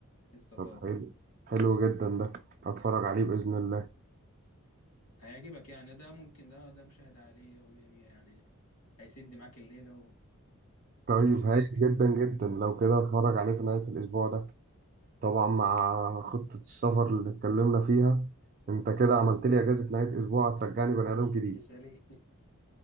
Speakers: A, on the left; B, on the right.
A: لسه طازه
B: طب حلو حلو جدا ده هتفرج عليه باذن الله
A: هيعجبك يعني ده ممكن ده ده مشاهدة عالية ومية مية يعني هيسد معاك الليلة وكل
B: طيب هايل
A: كل كده.
B: جدا جدا لو كده هتفرج عليه في نهايه الاسبوع ده طبعا مع خطه السفر اللي اتكلمنا فيها انت كده عملت لي اجازه نهايه اسبوع هترجعني بني
A: <laughs>
B: ادم جديد
A: مثالي